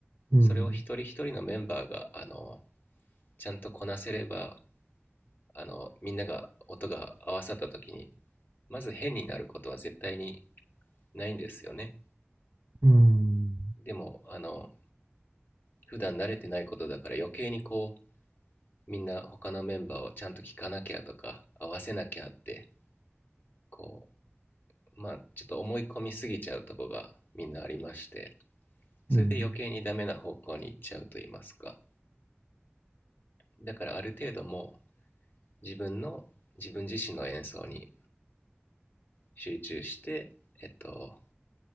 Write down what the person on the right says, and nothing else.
うん。
うん。
うん。